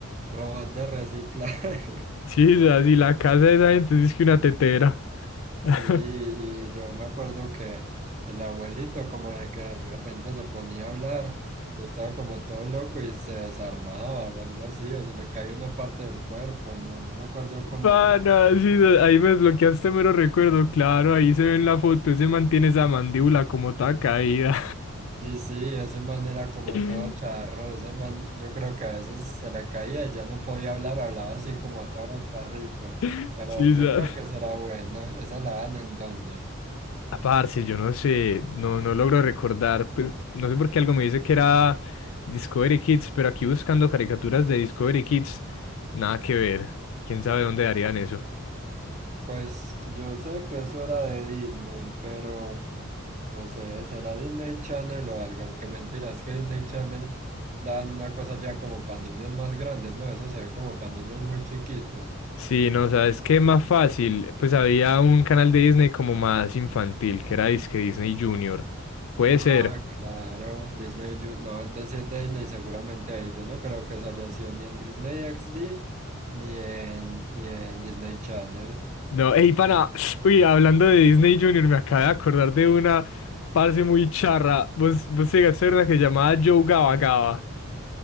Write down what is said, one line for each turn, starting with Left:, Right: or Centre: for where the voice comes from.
Right: robots de reciclaje. <laughs>
Left: sí y la casa de esa gente es que una tetera. <laughs>
Right: Sí, y yo me acuerdo que el abuelito como de que de repente se ponía a hablar y estaba como todo loco y se desarmaba o algo así, o se le caía una parte del cuerpo, no, no me acuerdo cómo
Left: Pana,
Right: era.
Left: sí ahí me desbloqueaste mero recuerdo, claro, ahí se ve en la foto, ese mantiene esa mandíbula como toda caída.
Right: Y sí, ese man era como
Left: <laughs>
Right: todo charro, ese man yo creo que a veces se le caía y ya no podía hablar, hablaba así como todo charrito,
Left: <laughs>
Right: pero
Left: Sí,
Right: yo
Left: sa-
Right: creo que será buena, esa la dan en donde.
Left: Ah, parce, yo no sé, no, no logro recordar, pues no sé por qué algo me dice que era Discovery Kids, pero aquí buscando caricaturas de Discovery Kids, nada que ver. ¿Quién sabe dónde darían eso?
Right: Pues yo sé que eso era de Disney, pero... No sé, será Disney Channel o algo, aunque mentira, es que Disney Channel dan una cosa ya como para niños más grandes, ¿no? Eso se ve como para niños muy chiquitos.
Left: Sí, no, ¿sabes qué? Más fácil, pues había un canal de Disney como más infantil, que era disque Disney Junior. Puede
Right: Ah,
Left: ser.
Right: claro, Disney, Ju- no, entonces sí es de Disney, seguramente ahí. Yo no creo que eso haya sido ni en Disney XD ni en, ni en Disney Channel.
Left: No, ey, pana, <sniffs> uy, hablando de Disney Junior, me acabo de acordar de una parce muy charra. Vos, vos llegaste a ver una que se llamaba Joe Gaba Gaba.